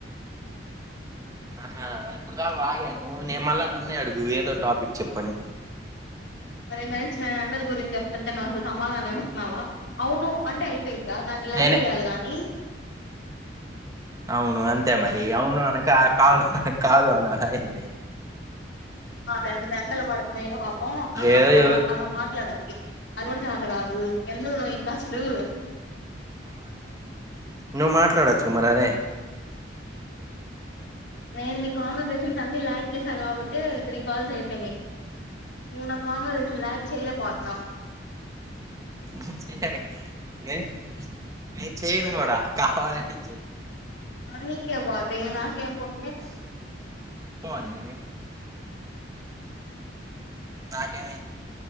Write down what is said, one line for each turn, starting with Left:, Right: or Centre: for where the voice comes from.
Right: ఆహా ఇప్పుడు దాకా వాగాను నే మళ్ళ నన్నే అడుగు ఏదో టాపిక్ చెప్పని
Left: మరి ఇందాకనుంచి నే అందరి గురించి చెప్తుంటే నువ్వు అసలు సమాధానం ఇస్తన్నావా అవును అంటే ద్దా దాన్ని లాగ్
Right: నేనే
Left: చేయాలి కాని
Right: అవును అంతే మరి అవును అనక కాదు కాదు అన ఏంది
Left: ఆ రెండు నెలలు పడుతున్నాయి పాపం అ
Right: ఏదో
Left: అలా అలా మాట్లాడాలి అది కూడా చాత కాదు ఎందుకు నువ్ ఇంకాసలు
Right: నువ్ మాట్లాడొచ్చు క మరారే
Left: నేను నీ కాన్వర్సేషన్స్ అన్ని ల్యాగ్ చేసిన కాబట్టే త్రీ కాల్స్ అయిపోయినాయ్ ఇంగ నా కాన్వర్జేషన్ లాగ్ చేయలే పోతున్నావ్
Right: నేను చెయను నేను నేను చేయను కూడా కావాలని
Left: నీకే పోతాయి నాకేం పోయి
Right: పోనీ నాకేమైద్ది